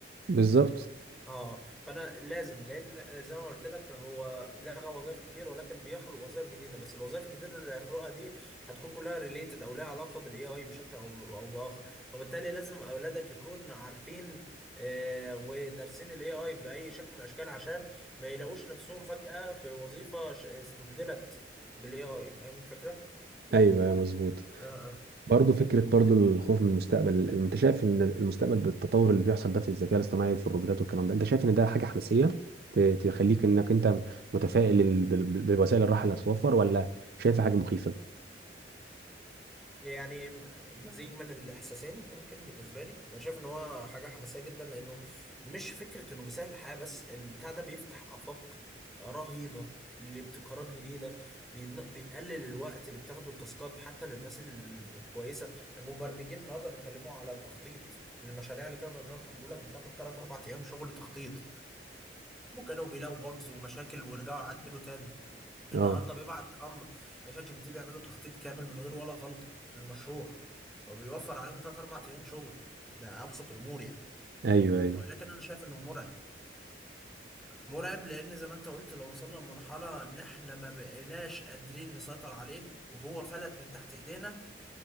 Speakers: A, on the right; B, in the centre.
A: بالظبط
B: اه فانا لازم لان زي ما قلت لك هو لغى وظائف كتير ولكن بيخلق وظائف جديده بس الوظائف الجديده اللي هيخلقها دي هتكون كلها ريليتد او لها علاقه بالاي اي بشكل او او باخر وبالتالي لازم اولادك يكونوا عارفين آه ودارسين الاي اي باي شكل من الاشكال عشان ما يلاقوش نفسهم فجاه في وظيفه ش- استبدلت بالاي اي فاهم الفكره؟
A: ايوه مظبوط
B: اه
A: برضه فكرة برضه الخوف من المستقبل انت شايف ان المستقبل بالتطور اللي بيحصل ده في الذكاء الاصطناعي وفي الروبوتات والكلام ده انت شايف ان ده حاجة حماسية ت- تخليك انك انت متفائل ال- بال- بال- بوسائل الراحة اللي هتتوفر ولا شايفها حاجة مخيفة
B: يعني م- مزيج من الاحساسين ممكن بالنسبه لي انا شايف ان هو حاجه حماسيه جدا لانه مش فكره انه بيسهل الحياه بس البتاع ده بيفتح افاق رهيبه لابتكارات جديده بين- بيقلل الوقت اللي بتاخده التاسكات حتى للناس الكويسه المبرمجين النهارده بيتكلموا على التخطيط المشاريع اللي كانوا بيعملوها كان بيقول لك بتاخد 3 4 ايام شغل تخطيط وكانوا بيلاقوا باجز ومشاكل ورجعوا عدلوا تاني النهارده
A: اه
B: بيبعت امر شات جي بي تي بيعملوا تخطيط كامل من غير ولا غلطه للمشروع فبيوفر عليهم 3 4 ايام شغل ده ابسط الامور يعني
A: ايوه ايوه
B: لكن انا شايف انه مرعب مرعب لان زي ما انت قلت لو وصلنا لمرحله ان احنا ما بقيناش قادرين نسيطر عليه وهو فلت من تحت ايدينا